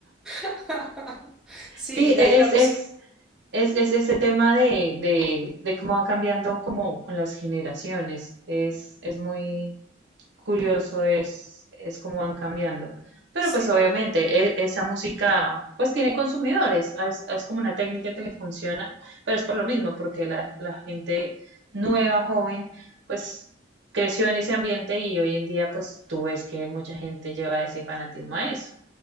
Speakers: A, in the centre; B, on the right.
A: <laughs> Sí,
B: Sí,
A: y de
B: e-
A: ahí la
B: es,
A: música,
B: es, es, es ese tema de, de, de cómo van cambiando como con las generaciones. Es, es muy, curioso es, es cómo van cambiando. Pero
A: sí,
B: pues
A: porque
B: obviamente e- esa música pues tiene consumidores, es, es como una técnica que le funciona, pero es por lo mismo, porque la, la gente nueva, joven, pues creció en ese ambiente y hoy en día pues tú ves que mucha gente lleva ese fanatismo a eso.